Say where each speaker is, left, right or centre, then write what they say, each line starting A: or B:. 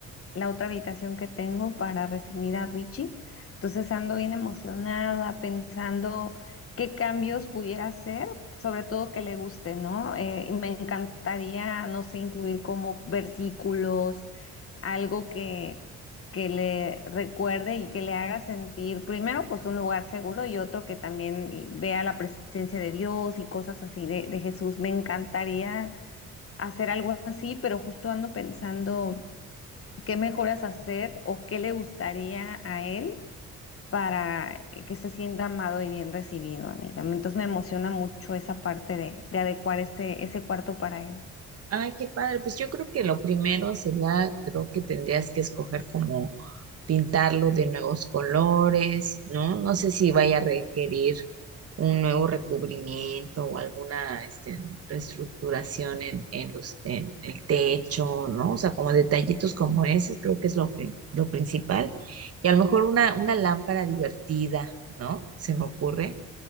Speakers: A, on the left; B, on the right.
A: la otra habitación que tengo para recibir a Richie. Entonces ando bien emocionada pensando qué cambios pudiera hacer, sobre todo que le guste, ¿no? Eh, y me encantaría, no sé, incluir como versículos algo que, que le recuerde y que le haga sentir, primero, pues un lugar seguro y otro que también vea la presencia de Dios y cosas así de, de Jesús. Me encantaría hacer algo así, pero justo ando pensando qué mejoras hacer o qué le gustaría a él para que se sienta amado y bien recibido, amiga. Entonces me emociona mucho esa parte de, de adecuar ese, ese cuarto para él.
B: Ay, qué padre. Pues yo creo que lo primero sería, creo que tendrías que escoger como pintarlo de nuevos colores, ¿no? No sé si vaya a requerir un nuevo recubrimiento o alguna este, reestructuración en, en los, en el techo, ¿no? O sea, como detallitos como ese, creo que es lo, pri- lo principal. Y a lo mejor una, una lámpara divertida, ¿no? Se me ocurre